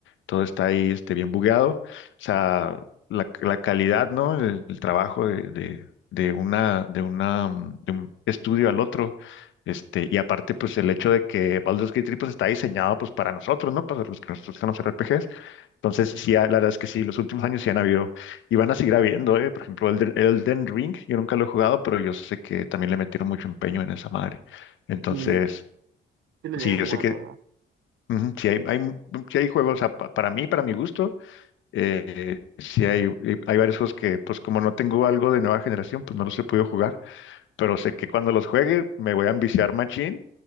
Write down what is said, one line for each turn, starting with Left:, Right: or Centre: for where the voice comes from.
Left: todo está ahí, este, bien bugueado. O sea, la, la calidad, ¿no? El, el trabajo de, de una, de una, mm, de un estudio al otro. Este, y aparte, pues el hecho de que Baldur's Gate 3 pues, está diseñado pues para nosotros, ¿no? Para los que nos gustan los RPGs. Entonces, sí, la verdad es que sí, los últimos años sí han habido y van a seguir habiendo, ¿eh? Por ejemplo, Elden, Elden Ring, yo nunca lo he jugado, pero yo sé que también le metieron mucho empeño en esa madre. Entonces,
Right: Y sí lo llegué
Left: sí,
Right: a jugar,
Left: yo sé que
Right: la verdad.
Left: ujú, sí hay, hay, sí hay juegos, o sea, pa- para mí, para mi gusto, eh, sí hay, eh, hay varios juegos que, pues como no tengo algo de nueva generación, pues no los he podido jugar pero sé que cuando los juegue me voy a ambiciar machín